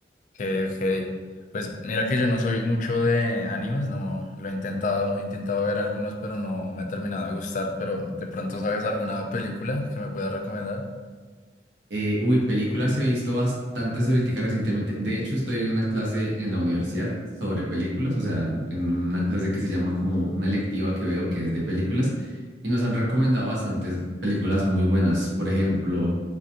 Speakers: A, on the left; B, on the right.
A: Ok, ok. Pues mira que yo no soy mucho de animes, no lo he intentado, he intentado ver algunos, pero no me ha terminado de gustar, pero de pronto sabes alguna película que me puedas recomendar.
B: Eh, uy, películas he visto bastantes ahorita recientemente. De hecho, estoy en una clase en la universidad sobre películas, o sea, en una clase que se llama como una electiva que veo que es de películas, y nos han recomendado bastantes películas muy buenas. Por ejemplo,